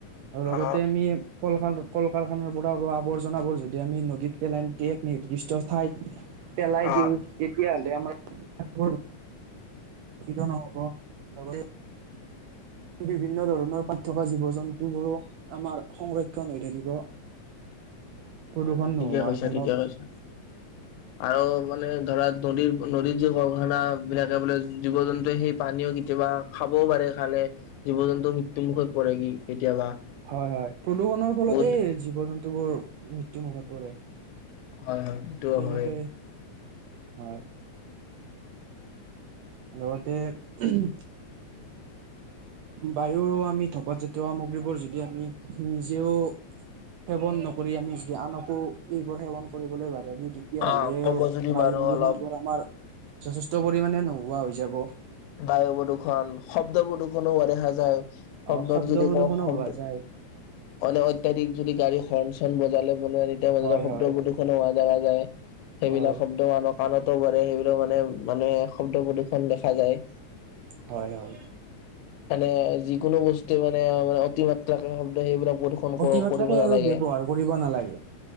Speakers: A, on the right (about 80°); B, on the left (about 80°).
A: আৰু লগতে
B: অ
A: আমি কলকাৰখানা কল কাৰখানাৰ পৰা হোৱা আৱৰ্জনাবোৰ যদি আমি নদীত পেলাই দিয়ে এক নিৰ্দিষ্ট ঠাইত পেলাই
B: অ।
A: দিওঁ তেতিয়াহ'লে আমাৰ দুঃখিত নহ'ব লগতে বিভিন্ন ধৰণৰ তাত থকা জীৱ জন্তু বোৰো আমাৰ সংৰক্ষণ হৈ থাকিব। <inaudible> প্ৰদূষণ
B: হয় হয় ঠিকে
A: নোহোৱাৰ
B: কৈছা
A: ফলত
B: ঠিকে কৈছা। আৰু মানে ধৰা নদীৰ নদীৰ য আও সেনা বিলাকে বোলে জীৱ জন্তুৱে সেই পানীও কেতিয়াবা খাবও পাৰে খালে জীৱ জন্তু মৃত্যু মুুখত পৰে কি কেতিয়াবা
A: হয় হয় প্ৰদূষণৰ ফলতে
B: বহুত
A: জীৱ জন্তু বোৰ মৃত্যু মুুখত পৰে
B: হয় হয় এইটোও
A: তেওঁলোকে
B: হয়।
A: হয়। লগতে উম বায়ু আমি থকা জাতীয় সামগ্ৰীবোৰ যদি আমি নিজেও! সেৱন নকৰি আমি আনকো এইবোৰ সেৱন কৰিবলৈ বা। যদি তেতিয়াহ'লেও
B: অ ক'ব যদি
A: বায়ু
B: বাৰু
A: প্ৰদূষণ
B: অলপ
A: বোৰ আমাৰ যথেষ্ট পৰিমাণে নোহোৱা হৈ যাব।
B: বায়ু প্ৰদূৰ্ষন শব্দ প্ৰদূৰ্ষণো হোৱা দেখা যায়।
A: আহ
B: শব্দত
A: শব্দ
B: যদি
A: প্ৰদূষণো
B: কওঁ শব্দ,
A: হোৱা যায়
B: অনে অত্যাধিক যদি গাড়ী হৰ্ণ চণ বজালে। মানে এ
A: হয়
B: শব্দ
A: হয়
B: প্ৰদূষণো হোৱা দেখা যায় সেইবিলাক
A: হয়
B: শব্দ আমাৰ কাণত কব পাৰে সেইবিলাক মানে মানে শব্দ প্ৰদূষণ দেখা যায়।
A: হয় হয়।
B: মানে যিকোনো বস্তুৱে মানে অতিমাত্ৰাকে শব্দ সেইবিলাক প্ৰদূষন
A: অতি মাত্ৰাকে
B: কৰিব নালাগে।
A: আৰু ব্যৱহাৰ কৰিব নালাগে